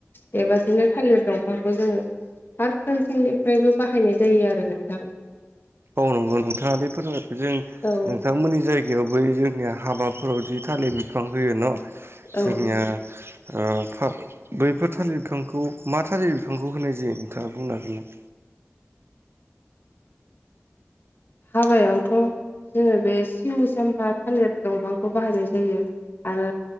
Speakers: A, on the left (about 50°); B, on the right (about 55°).
A: बेबादिनो थालिर दंफांखौ जोङो फारफ्रोमथिंनिफ्रायबो बाहायनाय जायो आरो नोंथां
B: औ नंगौ नोंथाङादि फोरमायदों जों
A: औ
B: नोंथांमोननि जाय गायाव बै जोंनिया हाबाफोराव जि थालिर बिफां होयो न'
A: औ
B: जोंनिया ओ फाख बैफोर थालिर बिफांखौ मा थालिर बिफांखौ होनाय जायो नोंथाङा बुंना होगोना?
A: हाबायावथ' जोङो बे सिनि साम्फा थालिर दंफांखौ बाहायनाय जायो आरो